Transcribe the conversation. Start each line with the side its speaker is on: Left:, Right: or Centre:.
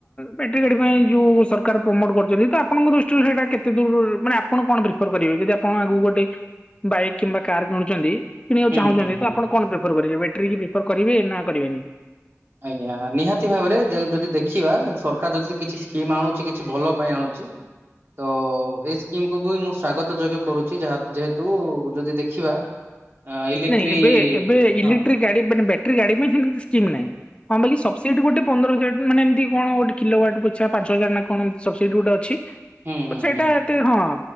Left: ବେଟ୍ରି ଗାଡ଼ି ପାଇଁ ଯୋଉ ସରକାର ପ୍ରମୋଟ କରୁଛନ୍ତି ତ ଆପଣଙ୍କ ଦୃଷ୍ଟିରୁ ସେଇଟା କେତେ ଦୂର ମାନେ ଆପଣ କଣ ପ୍ରିଫର କରିବେ ଯଦି ଆପଣ ଆଗକୁ ଗୋଟେ ବାଇକ୍ କିମ୍ବା କାର କିଣୁଛନ୍ତି କିଣିବାକୁ
Right: ହୁଁ
Left: ଚାହୁଁଛନ୍ତି
Right: ହୁଁ
Left: ତ
Right: ହୁଁ।
Left: ଆପଣ କଣ ପ୍ରିଫର କରିବେ ବେଟ୍ରି କୁ ପ୍ରିଫର କରିବେ ନା କରିବେନି
Right: ଆଜ୍ଞା ନିହାତି ଭାବରେ ଜ ଯଦି ଦେଖିବା ସରକାର ଯଦି କିଛି ସ୍କିମ୍ ଆଣୁଛି କିଛି ଭଲ ପାଇଁ ଆଣୁଛି
Left: <inaudible>
Right: ତ ଏଇ ସ୍କିମକୁୁ ବି ମୁଁ ସ୍ଵାଗତ ଯୋଗ୍ୟ କରୁଛି ଯହା ଯେହେତୁ ଯଦି ଦେଖିବା ଇଲେକ୍ଟ୍ରି
Left: ନାଇଁ ଏବେ ଏବେ ଇଲେକ୍ଟ୍ରିକ
Right: ହଁ
Left: ଗାଡ଼ି ମାନେ ବ୍ୟାଟ୍ରି ରୀ ଗାଡ଼ି ପାଇଁ ସ୍କିମ୍ ନାହିଁ ହଁ ବା ସବସିଡି ଗୋଟେ ପନ୍ଦର ହଜାର ମାନେ ଏମିତି କଣ ଗୋଟେ କିଲୋହ୍ୱାଟ ପୋଚ୍ଛା ପାଞ୍ଚ ହଜାର ନା କଣ ସବସିଟି ଗୋଟେ ଅଛି।
Right: ହୁଁ ହୁଁ
Left: ସେଇଟା
Right: ହୁଁ
Left: ଏତେ ହଁ